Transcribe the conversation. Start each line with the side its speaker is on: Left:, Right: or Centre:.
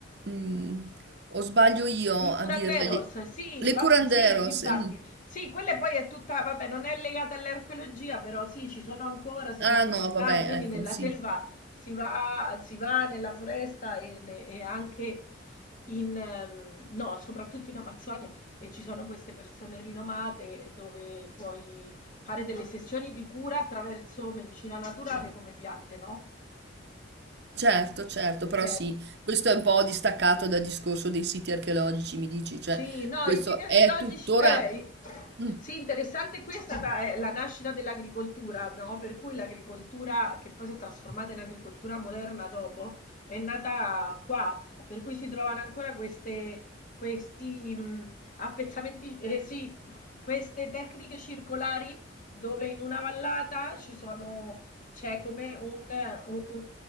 Right: mm, o sbaglio io
Left: I curanderos,
Right: a dirle le,
Left: sì,
Right: le
Left: va-
Right: curanderos?
Left: sì, infatti,
Right: mm.
Left: sì, quella poi è tutta, vabbè, non è legata all'archeologia, però sì, ci sono ancora, si
Right: Ah
Left: sono tramandati,
Right: no, vabbè,
Left: quindi
Right: ecco,
Left: nella
Right: sì.
Left: selva si va, si va nella foresta e, ne- e anche in, ehm, no, soprattutto in Amazzonia, e ci sono queste persone rinomate dove puoi fare delle sessioni di cura attraverso medicina naturale come piante, no?
Right: Certo, certo, però
Left: Eh,
Right: sì, questo è un po' distaccato dal discorso dei siti archeologici, mi dici, cioè
Left: Sì, no,
Right: questo
Left: i siti archeologici,
Right: è tuttora...
Left: eh, i-
Right: Mm.
Left: sì, interessante questa sa- è la nascita dell'agricoltura, no? Per cui l'agricoltura, che poi si è trasformata in agricoltura moderna dopo, è nata qua, per cui si trovano ancora queste, questi mh, appezzamenti, eh, sì, queste tecniche circolari dove in una vallata ci sono, c'è come un, un un-